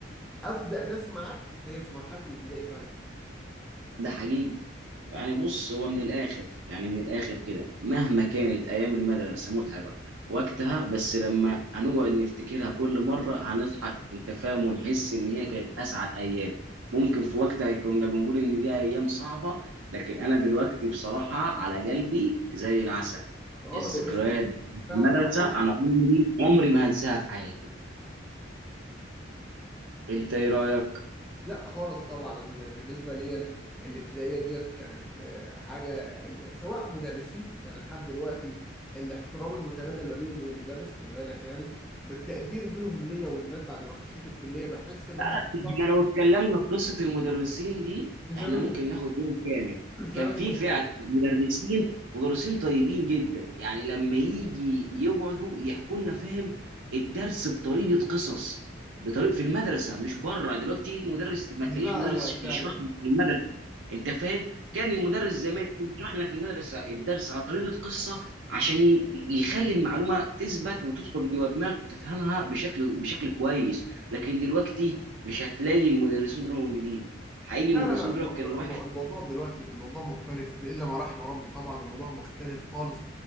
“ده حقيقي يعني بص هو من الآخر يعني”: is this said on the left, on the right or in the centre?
Right